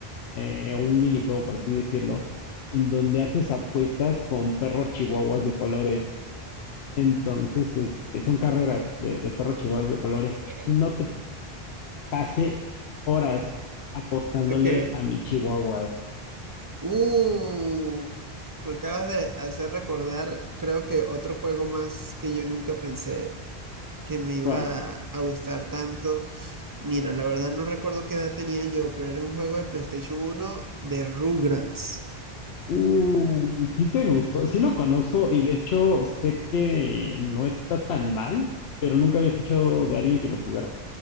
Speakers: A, on the left; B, on the right.
A: eh, un minijuego, por así decirlo, en donde haces apuestas con perros chihuahuas de colores. Entonces, este, son carreras de, de perros chihuahuas de colores.
B: ¿Qué?
A: No te pasé horas apostándole
B: Ok.
A: a mi chihuahua
B: Uh, me acabas de hacer recordar, creo que otro juego más que yo nunca pensé que me iba
A: actual.
B: a, gustar tanto. Mira, la verdad no recuerdo qué edad tenía yo, pero era un juego de PlayStation uno de Rugrats.
A: Uy, sí te gustó, sí lo conozco y de hecho sé que no está tan mal, pero nunca había escuchado de alguien que lo jugara.